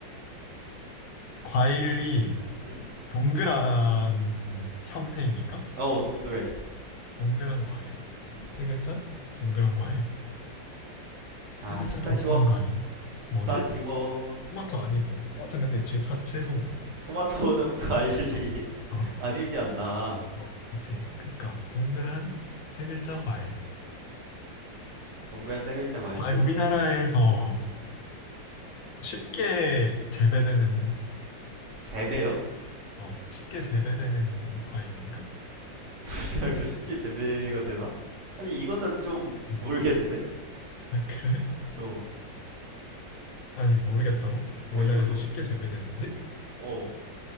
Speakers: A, on the left; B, on the right.
A: 과일이
B: 응.
A: 동그란 형태입니까?
B: 어, 동그래.
A: 동그란 과일.
B: 응.
A: 세 글자? 동그란 과일.
B: 아,
A: 세 글자
B: 쉽다
A: 동그란
B: 쉬워.
A: 과일.
B: 쉽다
A: 뭐지?
B: 쉬워.
A: 토마토 아니고. 토마토 근데 제 자, 채소고.
B: 토마토는 <laughs> 과일이
A: 어,
B: <laughs>
A: 어,
B: 아니지 않나.
A: 뭐, 그치. 그러니까 동그란 세 글자 과일.
B: 동그란 세 글자 과일.
A: 과일 우리나라에서 쉽게 재배되는
B: 재배요?
A: 어, 쉽게 재배되는 과일입니까?
B: <laughs> 우리나라에서 쉽게 재배가 되나? 아니, 이거는 좀
A: 음.
B: 모르겠는데?
A: 아, 그래?
B: 어,
A: 아니 모르겠다고? 우리나라에서
B: 어, 이거는,
A: 쉽게 재배되는지?
B: 어,